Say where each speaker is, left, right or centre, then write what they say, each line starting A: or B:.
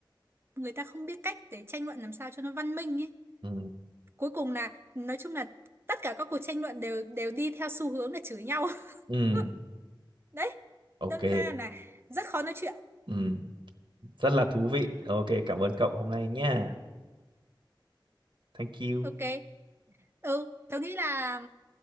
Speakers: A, on the right (about 30°); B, on the right (about 65°).
A: người ta không biết cách để tranh luận làm sao cho nó văn minh ấy.
B: ừ
A: Cuối cùng là nói chung là tất cả các cuộc tranh luận đều đều đi theo xu hướng là chửi nhau.
B: ừ
A: <laughs> Đấy,
B: ok
A: đâm ra là rất khó nói chuyện.
B: ừ
A: Ừ.
B: rất là thú vị ok cảm ơn cậu hôm nay nha thank you
A: Ok. Ừ, tớ nghĩ là